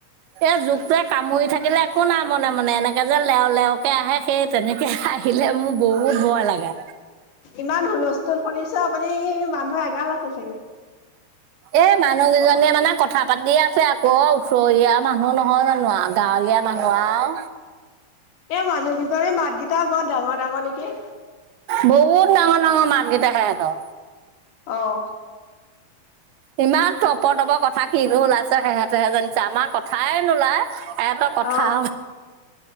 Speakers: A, on the right (about 85°); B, on the left (about 80°).
A: এই জোকটোৱে কামুৰি থাকিলে। একো নাই মনে মনে এনেকে যে লেও লেওকে আহে সেই তেনেকে আহিলে মোৰ বহুত
B: অ'
A: ভয় লাগে
B: ইমান হুলস্থুল শুনিছোঁ। আপুনি মানুহ এগাল আছে চাগে। <inaudible>
A: এই মানুহকেইজনীয়ে মানে কথা পাতিয়ে আছে। আকৌ ওচৰীয়া মানুহ নহয় জানো আৰু। গাঁৱলীয়া মানুহ আৰু।
B: এ মানুহ কেইজনি মাত কেইটা বৰ ডাঙৰ ডাঙৰ নেকি?
A: বহুত ডাঙৰ ডাঙৰ মাতকেইটা সেহঁতৰ।
B: অ'
A: ইমান তটপৰ তপৰ কথা কিনো ওলাইছে। সেহঁতেহে জানিছে আমাৰ কথাই নোলায়। সেহঁতৰ এটা কথা
B: অ